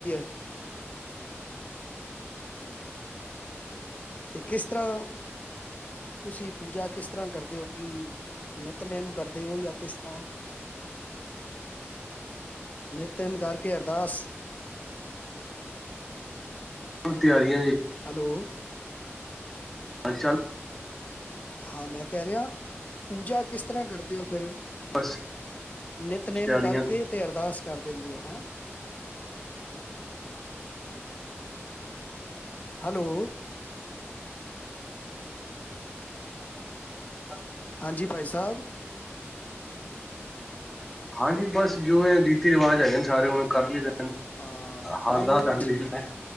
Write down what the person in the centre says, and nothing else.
ਉਹ ਤਿਆਰੀਆਂ ਜੀ।
ਹੱਲ-ਚਲ।
ਬਸ
ਤਿਆਰੀਆਂ
ਹਾਂਜੀ।
ਹਾਂਜੀ। ਬਸ। ਜੋ, ਵੇ, ਰੀਤੀ ਰਿਵਾਜ਼ ਹੈਗੇ ਨੇ ਸਾਰੇ ਉਵੇਂ ਕਰ ਲਦੇ
ਹਾਰਦਾਦੇ